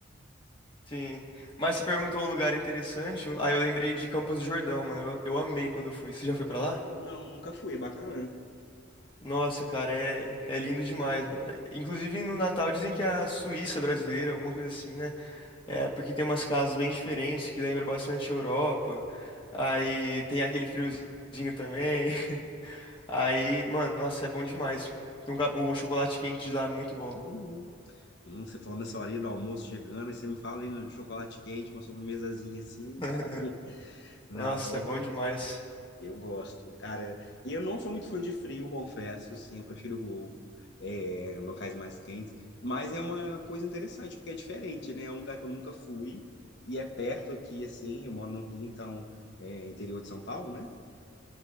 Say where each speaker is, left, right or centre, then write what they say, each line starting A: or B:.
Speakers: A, on the left; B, on the left.
A: sim. Mas você perguntou um lugar interessante. um- Aí eu lembrei de Campos do Jordão, mano. Eu, eu amei quando eu fui. Você já foi pra lá?
B: Não, nunca fui, é bacana. né?
A: Nossa, cara, é, é lindo demais, mano. Inclusive no Natal dizem que é a Suíça brasileira, alguma coisa assim, né? É, porque tem umas casas bem diferentes que lembram bastante a Europa. Aí tem aquele friozinho também. <laughs> Aí, mano, nossa, é bom demais. Tem um ca- O chocolate quente de lá é muito bom.
B: Uhum. Hum, você falando nessa horinha do almoço chegando, aí você me fala aí no chocolate quente, uma sobremesazinha assim.
A: <laughs>
B: cara. Não,
A: Nossa,
B: eu,
A: é bom demais.
B: eu gosto, cara. E eu não sou muito fã de frio, confesso, assim, eu prefiro o- é, locais mais quentes. Mas é uma coisa interessante, porque é diferente, né? É um lugar que eu nunca fui e é perto aqui, assim. Eu moro no Rio, então é interior de São Paulo, né?